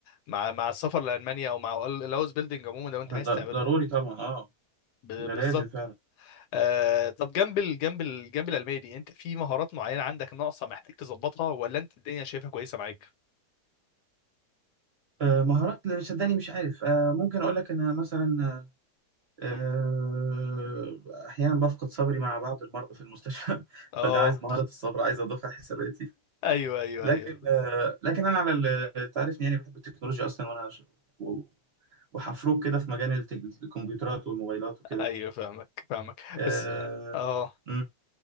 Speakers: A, on the left; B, on the right.
A: مع مع السفر لالمانيا او مع الاوس بيلدينج عموما لو انت
B: ضر-
A: عايز تعمله
B: ضروري طبعا اه
A: ب-
B: ده
A: بالظبط
B: لازم فعلا
A: آه طب جنب ال جنب ال جنب العلمية دي انت في مهارات معينة عندك ناقصة محتاج تظبطها ولا انت الدنيا شايفها كويسة معاك؟
B: آه، مهارات اللي شداني مش عارف آه، ممكن اقول لك ان انا مثلا آه، آه، احيانا بفقد صبري مع بعض المرضى في المستشفى <laughs>
A: اه
B: فده عايز مهاره الصبر عايز اضيفها حساباتي
A: ايوه ايوه
B: لكن
A: ايوه
B: آه، لكن انا على ال- تعرفني يعني بحب التكنولوجيا اصلا وانا ش- و- وحفروك كده في مجال التك- الكمبيوترات والموبايلات وكده
A: ايوه فاهمك فاهمك
B: اه
A: بس اه
B: مم،